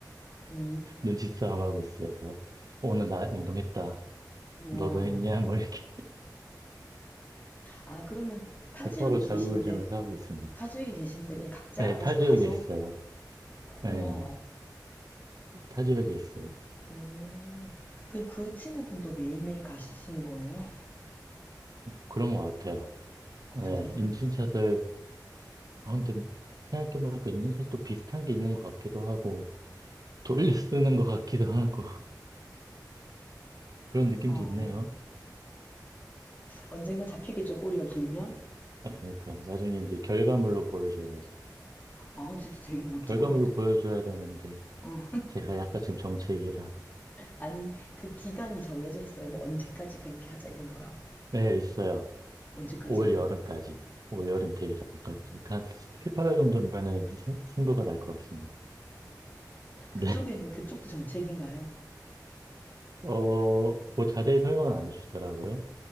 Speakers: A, on the left; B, on the right.
A: 오,
B: 눈치싸움하고 있어요. 오늘 나 운동했다.
A: 와.
B: 너도 했냐? 뭐 이렇게
A: 아, 그러면 타
B: <laughs>
A: 지역에
B: 서로 자극을
A: 계신데,
B: 주면서 하고 있습니다.
A: 타 지역에 계신데 그냥 각자
B: 네,
A: 알아서
B: 타 지역에
A: 가서?
B: 있어요. 네,
A: 우와.
B: 타 지역에 있어요.
A: 음. 그, 그 친구분도 매일매일 가시는 거예요?
B: 그런 것 같아요.
A: 와,
B: 네,
A: 대단하네요.
B: 인증샷을, 아, 근데 생각해보니까 인증샷이 또 비슷한 게 있는 것 같기도 하고, 돌려 <laughs> 쓰는 것 같기도 하고, <laughs> 그런 느낌도
A: 어,
B: 있네요.
A: 언젠간 잡히겠죠, 꼬리가 길면?
B: 아, 그러니까. 나중에 이제 결과물로 보여줘야지.
A: 아, 진짜 되게 멋진
B: 결과물로
A: 것 같아요.
B: 보여줘야 되는데,
A: 어.
B: 제가 약간 지금 정체기라.
A: 아니, 그 기간이 정해져 있어요. 뭐, 언제까지 그렇게 하자, 이런 거요.
B: 네, 있어요.
A: 언제까지예요?
B: 올 여름까지. 올 여름 되기 전까지. 그러니까 한 7, 8월 정도면은 승, 승부가 날 것 같습니다. 네.
A: 그쪽에는, 그쪽도 정책인가요?
B: 어, 뭐 자세히 설명은 안 해주시더라고요.